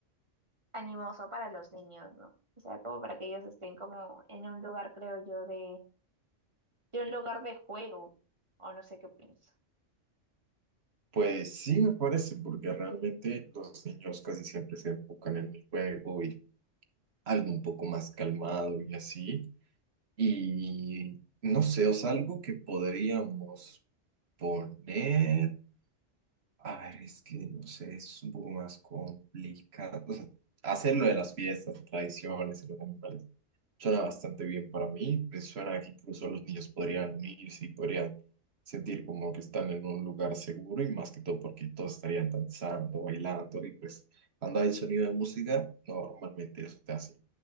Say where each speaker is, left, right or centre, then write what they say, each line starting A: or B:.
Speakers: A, on the right (about 25°); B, on the right (about 55°).
A: animoso para los niños, ¿no? O sea, como para que ellos estén como en un lugar, creo yo, de, de un lugar de juego, o no sé qué pienso.
B: Pues sí, me parece, porque realmente los niños casi siempre se enfocan en el juego y algo un poco más calmado y así. Y no sé, o sea, algo que podríamos poner. A ver, es que no sé, es un poco más complicado. O sea, hacer lo de las fiestas, tradiciones, y los animales. Suena bastante bien para mí, me suena que incluso los niños podrían unirse y podrían sentir como que están en un lugar seguro y más que todo porque todos estarían danzando, bailando y pues cuando hay sonido de música, no, normalmente eso te hace